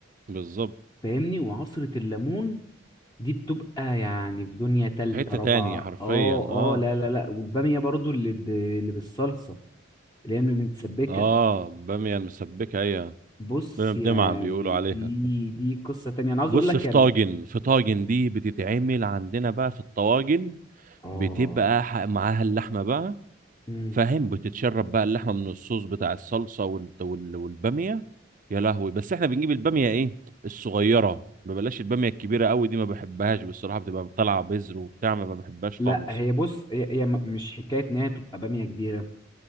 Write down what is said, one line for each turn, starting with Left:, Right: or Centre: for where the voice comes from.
Right: بالظبط
Left: فاهمني وعصره الليمون دي بتبقى يعني في دنيا تالتة
Right: في حتة
Left: رابعة
Right: تانية حرفيا
Left: اه
Right: اه
Left: اه لا لا لا والبامية برضو اللي ب... اللي بالصلصة اللي هي متسبكة
Right: اه بامية المسبكة ايوه
Left: بص
Right: بامية بدمعة
Left: يعني
Right: بيقولوا عليها
Left: دي دي قصة تانية انا عاوز
Right: بص
Left: اقول لك
Right: في
Left: يعني
Right: طاجن في طاجن دي بتتعمل عندنا بقى في الطواجن
Left: اه
Right: بتبقى ح- معاها اللحمة بقى
Left: مم.
Right: فاهم بتتشرب بقى اللحمه من الصوص بتاع الصلصه وال... وال... والباميه يا لهوي بس احنا بنجيب الباميه ايه الصغيره ما بلاش الباميه الكبيره قوي دي ما بحبهاش بصراحه بتبقى طالعه بذر وبتاع ما ما بحبهاش
Left: لا
Right: خالص
Left: هي بص هي, هي م- مش حكاية ان هي تبقى بامية كبيرة